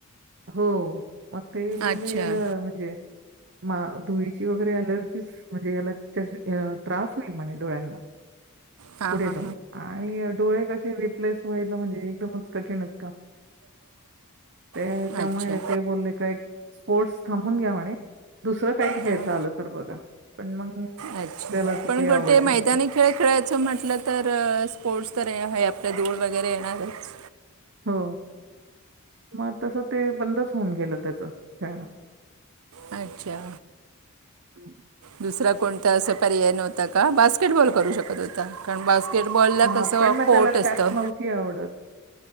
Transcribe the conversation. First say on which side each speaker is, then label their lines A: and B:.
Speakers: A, on the right (about 55°); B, on the right (about 75°).
A: हो, मग ते बोलले
B: अच्छा
A: याला म्हणजे मा धुळीची वगैरे अलर्जीच म्हणजे याला ज त्रास होईल म्हणे डोळ्यांना.
B: हां
A: पुढे
B: हां
A: जाऊन आणि डोळे कशे रिप्लेस व्हायला म्हणजे एकदमच कठीणच काम. ते
B: हां
A: त्यामुळे
B: अच्छा
A: ते बोलले का एक स्पोर्ट्स थांबून घ्या म्हणे. दुसरं काही
B: हां
A: खेळता आलं तर बघा, पण मग
B: अच्छा,
A: त्याला ती
B: पण
A: काही
B: कुठे
A: आवड
B: मैदानी
A: नव्हती.
B: खेळ खेळायचं म्हटलं तर अ स्पोर्ट्स तर ह हय तर धूळ वगैरे येणारच.
A: हो, मग तसं ते बंदच होऊन गेलं त्याचं खेळणं.
B: अच्छा,
A: हं.
B: दुसरा कोणता असा पर्याय नव्हता का? बास्केटबॉल करू शकत होता, कारण बास् केटबॉल ला
A: हां,
B: कसं
A: पण मग
B: कोर्ट
A: त्याला
B: असतं,
A: त्यात नव्हती आवडत